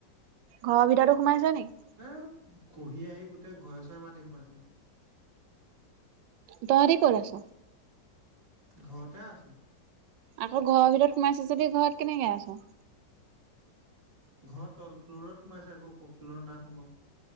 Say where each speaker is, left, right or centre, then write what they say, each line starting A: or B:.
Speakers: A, on the right; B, on the right.
A: ঘৰৰ ভিতৰটো সোমাইছে নেকি?
B: এ খহি আহি গোটেই ঘৰে চৰে মাটি সোমাইছে।
A: তহঁতি ক'ত আছ?
B: ঘৰতে আছোঁ।
A: আকৌ ঘৰৰ ভিতৰত সোমাইছে যদি ঘৰত কেনেকে আছ?
B: ঘৰত তল ফ্ল'ৰত সোমাইছে আকৌ উপ ফ্লৰত না সোমোৱা।